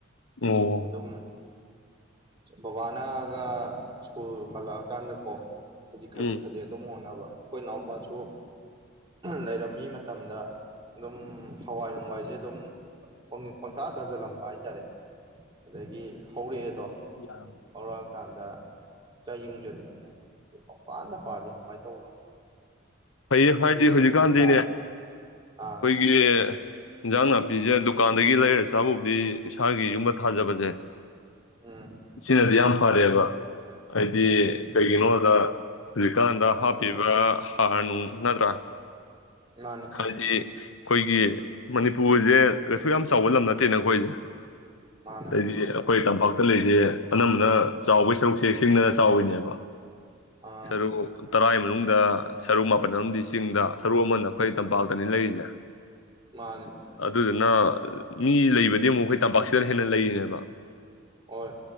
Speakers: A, on the left; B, on the right.
A: ꯑꯣ
B: ꯑꯗꯨꯝ ꯕꯕꯥꯅꯒ ꯁ꯭ꯀꯨꯜ ꯍꯜꯂꯛꯑꯀꯥꯟꯗꯀꯣ ꯈꯖꯤꯛ ꯈꯖꯤꯛ
A: ꯎꯝ
B: ꯈꯖꯤꯛ ꯑꯗꯨꯝ ꯍꯣꯠꯅꯕ ꯑꯩꯈꯣꯏ ꯏꯅꯥꯎꯄꯥꯁꯨ ꯂꯩꯔꯝꯃꯤ ꯃꯇꯝꯗ ꯑꯗꯨꯝ ꯍꯋꯥꯏ ꯅꯨꯡꯋꯥꯏꯁꯦ ꯑꯗꯨꯝ ꯄꯪꯊꯥ ꯊꯥꯁꯤꯜꯂꯝꯕ ꯍꯥꯏꯇꯥꯔꯦ ꯑꯗꯒꯤ ꯍꯧꯔꯛꯑꯦ
A: ꯌꯥ
B: ꯍꯧꯔꯛꯑꯀꯥꯟꯗ ꯆꯩ ꯌꯨꯡꯁꯤꯟꯕꯅꯦꯕ ꯃꯪꯄꯥꯟꯗ ꯄꯥꯜꯂꯤ ꯀꯃꯥꯏꯅ ꯇꯧꯕꯅꯣ
A: ꯐꯩꯌ‌ꯦ ꯍꯥꯏꯗꯤ
B: ꯃꯍꯩꯁꯦ
A: ꯍꯧꯖꯤꯛꯀꯥꯟꯗꯤꯅꯦ
B: ꯐꯖꯅ ꯆꯥ
A: ꯑꯩꯈꯣꯏ
B: ꯑꯥ
A: ꯒꯤ ꯍꯤꯟꯖꯥꯡ ꯅꯥꯄꯤꯁꯦ ꯗꯨꯀꯥꯟꯗꯒꯤ ꯂꯩꯔ ꯆꯥꯕꯨꯕꯨꯗꯤ ꯏꯁꯥꯒꯤ ꯌꯨꯝꯕ ꯊꯥꯖꯕꯁꯦ
B: ꯎꯝ
A: ꯁꯤꯅꯗꯤ ꯌꯥꯝ ꯐꯔꯦꯕ ꯍꯥꯏꯗꯤ
B: ꯎꯝ
A: ꯀꯩꯒꯤꯅꯣ ꯗ ꯍꯧꯖꯤꯛꯀꯥꯟꯗ ꯍꯥꯞꯄꯤꯕ ꯍꯥꯔ ꯅꯨꯡ ꯅꯠꯇ꯭ꯔꯥ
B: ꯃꯥꯅꯦ
A: ꯍꯥꯏꯗꯤ ꯑꯩꯈꯣꯏꯒꯤ ꯃꯅꯤꯄꯨꯔꯁꯦ ꯀꯩꯁꯨ ꯌꯥꯝ ꯆꯥꯎꯕ ꯂꯝ ꯅꯠꯇꯦꯅ ꯑꯩꯈꯣꯏꯁꯦ
B: ꯃꯥꯅꯦ
A: ꯑꯗꯩꯗꯤ ꯑꯩꯈꯣꯏ ꯇꯝꯄꯥꯛꯇ ꯂꯩꯁꯦ ꯑꯅꯝꯕꯅ ꯆꯥꯎꯕꯩ ꯁꯔꯨꯛꯁꯦ ꯆꯤꯡꯗꯅ ꯆꯥꯎꯋꯤꯅꯦꯕ
B: ꯑꯥ
A: ꯁꯔꯨꯛ ꯇꯔꯥꯒꯤ ꯃꯅꯨꯡꯗ ꯁꯔꯨꯛ ꯃꯥꯄꯟ ꯑꯝꯗꯤ ꯆꯤꯡꯗ ꯁꯔꯨꯛ ꯑꯃꯅ ꯑꯩꯈꯣꯏ ꯇꯝꯄꯥꯛꯇꯅꯤ ꯂꯩꯔꯤꯁꯦ
B: ꯃꯥꯅꯦ
A: ꯑꯗꯨꯗꯨꯅ ꯃꯤ ꯂꯩꯕꯗꯤ ꯑꯃꯨꯛ ꯑꯩꯈꯣꯏ ꯇꯝꯄꯥꯛꯁꯤꯗꯅ ꯍꯦꯟꯅ ꯂꯩꯔꯤꯅꯦꯕ
B: ꯍꯣꯏ